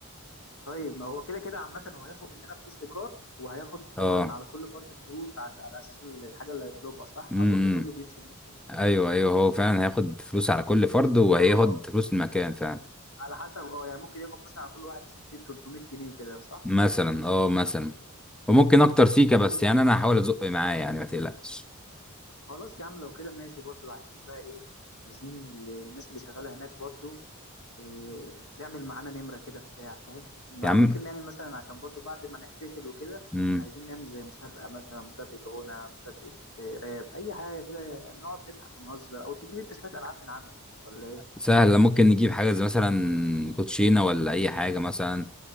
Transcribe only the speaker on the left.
طيب، ما هو كده كده عامة هو هياخد مننا فلوس إيجار وهياخد
طبعا على كل فرد فلوس عشان على أساس الحاجة اللي هيطلبها صح؟
أظن كله
بيمشي بنفس الطريقة
دي.
اه
على حسب اه يعني ممكن ياخد مثلا على كل واحد سكة 300 جنيه كده صح
طيب
خلاص يا عم لو كده ماشي برضو عايزين بقى ايه عايزين ال- الناس اللي شغالة هناك برضو إيه تعمل معانا نمرة كده بتاع فاهم مع
ممكن نعمل مثلا عشان برضو بعد ما نحتفل وكده
عايزين نعمل زي مسابقة مثلا مسابقة غنى مسابقة آه، راب أي حاجة كده يعني نقعد نضحك ونهزر أو تجيب أنت شوية ألعاب من عندك ولا إيه